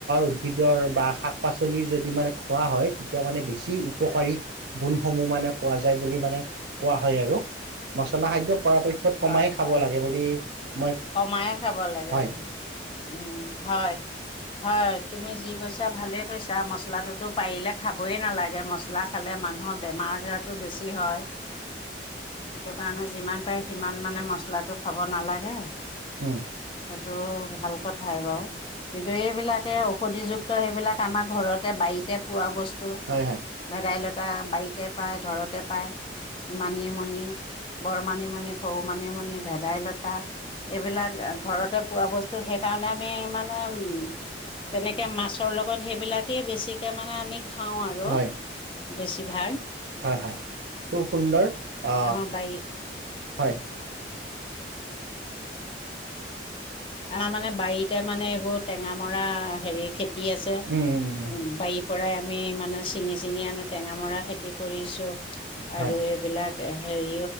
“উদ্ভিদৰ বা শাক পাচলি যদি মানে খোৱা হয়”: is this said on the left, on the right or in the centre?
Right